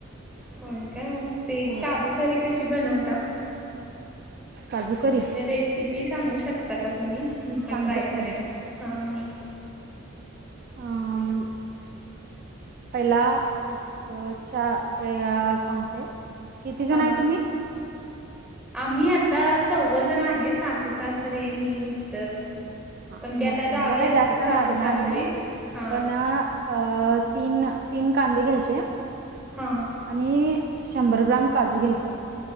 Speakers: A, in the centre; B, on the right (about 45°).
A: होय काय मग ते
B: हो
A: काजू करी कशी बनवता
B: काजूकरी
A: रेसिपी सांगू शकता का तुम्ही- मी पण
B: सांगते
A: ट्राय
B: की
A: करेन
B: मी
A: हा- म-
B: आ <unintelligible> पहिला एक चा सांगते किती जण
A: हां
B: आहे तुम्ही-
A: आम्ही आता चौघ जण आहे सासू सासरे मी मिस्टर
B: हा
A: पण ते
B: मग
A: आता
B: तुम्हाला
A: गावी
B: काय
A: असतात
B: जास्त
A: सासू
B: लागणार
A: सासरे
B: नाही
A: हा
B: पण अ तीन -तीन कांदे घ्यायचे
A: हा
B: आणि शंभर ग्राम काजू घ्यायचा